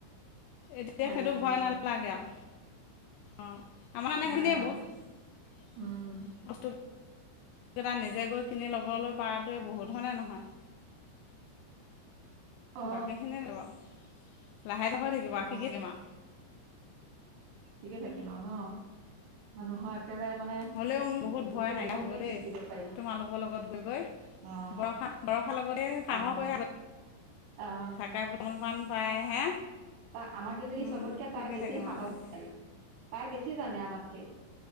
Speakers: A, on the left; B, on the right.
A: এতিয়া সেইটো
B: লাগে
A: ভয়
B: অ
A: নালাগে আও অ। আমাৰ কাৰণে
B: নাই
A: সেইখিনিয়ে
B: আৰু
A: বহুত
B: উম
A: বস্তু কেইটা নিজে গৈ কিনি ল'বলৈ পৰাটোৱে বহুত হয় না নহয়?
B: অ
A: বাকীখিনি নে বাওঁ লাহে লাহ হৈ থাকিব
B: অ
A: শিকি থাকিব আও
B: শিকি থাকিম অ ন মানুহৰ একেবাৰে মানে
A: হ'লেও মোৰ বহুত
B: গোটেই
A: ভয় নাইকিয়া
B: জীৱনটোৱে
A: হ'ব দেই
B: শিকিব পাই।
A: তোমালোকৰ লগত গৈ গৈ
B: আহ
A: বৰষা বৰষাৰ লগতে সাহসে
B: আহ আহ
A: থাকে তামোল পাণ পায় হে
B: তা আমাৰকেইজনী
A: উম
B: চবতকে
A: শিকি
B: তাই বেছি
A: থাকিম
B: সাহসী।
A: আৰু লাহে ধীৰে
B: তাই বেছি জানে আমাতকে।